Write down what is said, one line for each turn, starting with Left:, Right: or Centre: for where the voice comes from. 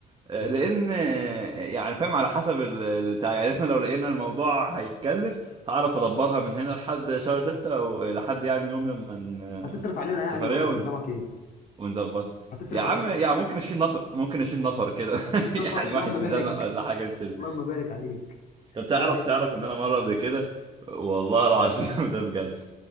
Right: آه،
Left: حلو
Right: لان آه، يعني فاهم على حسب ال- البتاع يعني احنا لو لقينا الموضوع هيتكلف هعرف ادبرها من هنا لحد شهر ستة ولحد يعني يوم لما ن-
Left: هتصرف علينا يعني
Right: سفرية
Left: ولا
Right: ون-
Left: نظامك ايه
Right: ونظبط
Left: هتصرف
Right: يا عم
Left: علينا
Right: يعني ممكن اشيل نفر ممكن اشيل نفر كده <laughs>
Left: 60
Right: يعني
Left: نفر اللهم
Right: واحد
Left: بارك
Right: مزنق ولا حاجة نشيله
Left: اللهم بارك عليك
Right: طب تعرف
Left: طب ايه
Right: تعرف ان انا مرة قبل كده والله العظيم <laughs> ده بجد